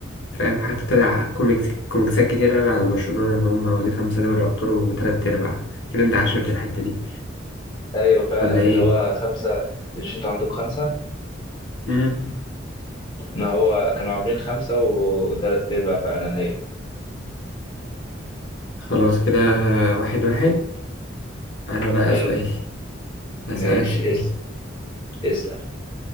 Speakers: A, on the left; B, on the left.
A: فاهم حتى طلع كوميكس كوميكسات كتير أوي على برشلونة إن هم واخدين خمسة دوري أبطال وتلات أرباع كده أنت عاشرت الحتة دي
B: ايوه فعلا
A: ولا إيه؟
B: اللي هو خمسة مش انتوا عندكم خمسة
A: مم.
B: ان هو كانوا عاملين خمسة و- وتلات ارباع فعلا ايوه
A: خلاص كده آه، واحد واحد أنا بقى
B: حلو
A: سؤالي أسألك
B: ماشي
A: سؤال
B: اسأل اسأل